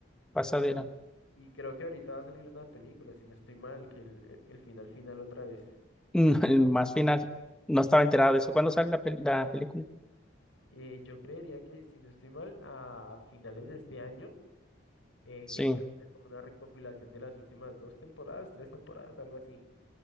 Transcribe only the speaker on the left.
y, y creo que ahorita va a salir una película, si no estoy mal, que el, el- el final final otra vez.
Eh, yo creería que, si no estoy mal, a finales de este año, eh,
que creo que es como una recopilación de las últimas dos temporadas, tres temporadas, algo así.